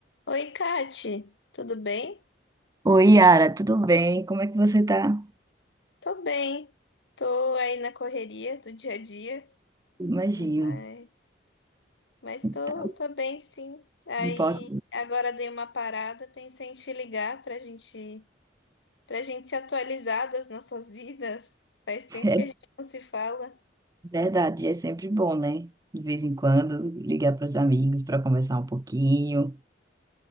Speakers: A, on the left; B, on the right.
A: Oi, Kati, tudo bem?
B: Oi, Yara, tudo bem? Como é que você tá?
A: Tô bem. Tô aí na correria do dia a dia,
B: Imagino.
A: mas, mas tô,
B: Tá,
A: tô bem, sim. Aí
B: não Importa.
A: agora dei uma parada, pensei em te ligar pra gente, pra gente se atualizar das nossas vidas. Faz tempo
B: É
A: que a gente não se fala.
B: verdade, é sempre bom, né? De vez em quando, ligar para os amigos para conversar um pouquinho.